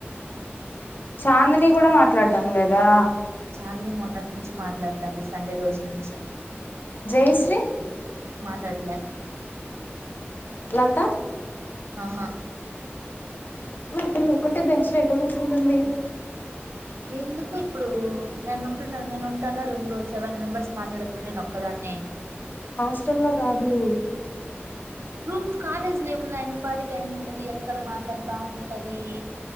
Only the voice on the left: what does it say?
చాందిని కూడా మాట్లాడడం లేదా
జయశ్రీ
లత
మా అ పిల్ల ఒక్కటే బెంచ్ లో ఎట కూర్చుంటుంది.
హాస్టల్లో కాదు.